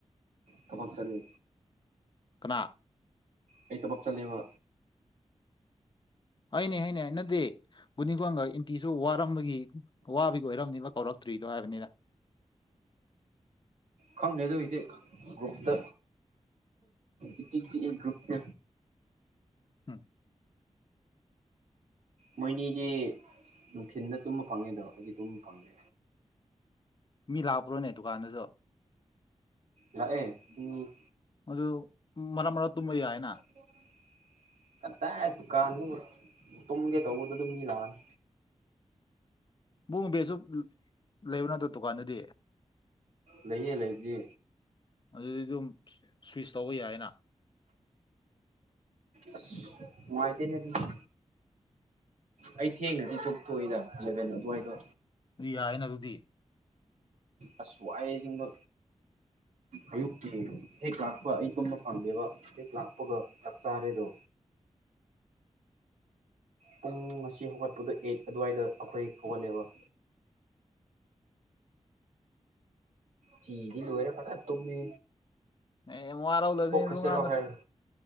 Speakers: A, on the right (about 85°); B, on the left (about 40°).
A: ꯊꯕꯛ ꯆꯠꯂꯦ
B: ꯀꯅꯥ
A: ꯑꯩ ꯇꯕꯛ ꯆꯠꯂꯦꯕ
B: ꯍꯣꯏꯅꯦ ꯍꯥꯏꯅꯦ ꯅꯗꯤ <unintelligible> ꯋꯥꯔꯝꯕꯒꯤ ꯋꯥꯔꯝꯕꯒꯤ ꯋꯥꯕꯩ ꯑꯣꯏꯔꯝꯅꯤꯕ ꯀꯧꯔꯛꯇ꯭ꯔꯤꯗꯣ ꯍꯥꯏꯕꯅꯤꯗ <inaudible>
A: ꯈꯪ ꯍꯨꯏꯛꯇꯤ ꯒ꯭ꯔꯨꯞꯇ ꯏꯆꯤꯛ ꯆꯤꯛꯑꯦ ꯒ꯭ꯔꯨꯞꯁꯦ
B: <unintelligible>
A: ꯃꯣꯏꯅꯤꯗꯤ ꯅꯨꯡꯊꯤꯟꯗ ꯇꯨꯝꯕ ꯐꯪꯉꯦꯗꯣ ꯑꯩꯗꯤ ꯇꯨꯝꯕ ꯐꯪꯗꯦ
B: ꯃꯤ ꯂꯥꯄ꯭ꯔꯣꯅꯦ ꯗꯨꯀꯥꯟꯗꯁꯨ
A: ꯂꯥꯛꯑꯦ ꯃꯤ
B: ꯑꯗꯨ ꯃꯔꯛ ꯃꯔꯛ ꯇꯨꯝꯕ ꯌꯥꯏꯌꯦꯅ
A: <inaudible> ꯀꯗꯥꯏ ꯗꯨꯀꯥꯟꯗꯕꯨ ꯇꯨꯝꯒꯦ ꯇꯧꯕꯗꯗꯨꯝ ꯃꯤ ꯂꯥꯛꯑꯅꯤ
B: ꯕꯨꯡ ꯕꯦꯖꯨꯞ ꯂꯩꯕ ꯅꯠꯇ꯭ꯔꯣ ꯗꯨꯀꯥꯟꯗꯗꯤ
A: ꯂꯩꯌꯦ ꯂꯩꯕꯗꯤ
B: ꯑꯗꯨꯗꯤ ꯑꯗꯨꯝ ꯁ꯭ꯋꯤꯁ ꯇꯧꯕ ꯌꯥꯏꯅ
A: ꯑꯁ ꯅꯨꯉꯥꯏꯇꯦꯅꯦ ꯑꯗꯨꯁꯨ ꯑꯩ ꯊꯦꯡꯅꯗꯤ ꯇꯨꯝꯊꯣꯛꯑꯣꯏꯗ ꯏꯂꯚꯦꯟ ꯑꯗ꯭ꯋꯥꯏꯗ
B: ꯌꯥꯏꯅ ꯑꯗꯨꯗꯤ
A: ꯑꯁ ꯋꯥꯏꯌꯦ ꯑꯁꯦꯡꯕ
B: <inaudible>
A: ꯑꯌꯨꯛꯇꯤ ꯍꯦꯛ ꯂꯥꯛꯄ ꯑꯩ ꯇꯨꯝꯕ ꯐꯪꯗꯦꯕ ꯍꯦꯛ ꯂꯥꯛꯄꯒ ꯆꯥꯛ ꯆꯥꯔꯦꯗꯣ ꯄꯨꯡ ꯉꯁꯤ ꯍꯧꯒꯠꯄꯗ ꯑꯩꯠ ꯑꯗꯨꯋꯥꯏꯗ ꯑꯩꯈꯣꯏ ꯍꯧꯒꯠꯂꯦꯕ ꯆꯤꯗꯤ ꯂꯣꯏꯔ ꯐꯖ ꯇꯨꯝꯃꯦ
B: ꯑꯦ ꯋꯥꯔꯧꯗꯕꯅꯤ
A: ꯊꯣꯛꯈ꯭ꯔꯁꯤꯔꯣ
B: ꯑꯗꯨ ꯉꯥꯟꯗ
A: ꯍꯥꯏꯔ